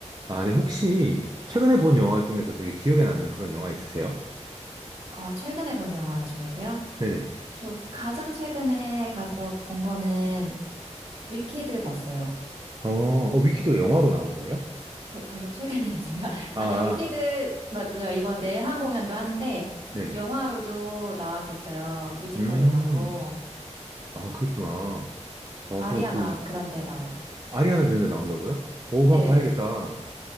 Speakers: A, on the right; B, on the right.
A: 아, 네, 혹시 최근에 본 영화 중에서 되게 기억에 남는 그런 영화 있으세요?
B: 아, 최근에 본 영화 중에서요?
A: 네네네.
B: 저 가장 최근에 가서 본 거는 위키드 봤어요.
A: 어, 어, 위키도 영화로 나온 거예요?
B: 별, 별로 최근이 아닌가? <laughs>
A: 아,
B: 아,
A: 아,
B: 네, 위키드,
A: 아.
B: 맞아요. 이번 내한 공연도 하는데,
A: 네네.
B: 영화로도 나왔었어요. 뮤지컬
A: 음,
B: 영화로.
A: 아, 그랬구나. 어,
B: 아리아나
A: 저 그,
B: 그란데 나와요.
A: 아리아나 그랜데 나온다고요? 오, 그거
B: 예.
A: 한번 봐야겠다.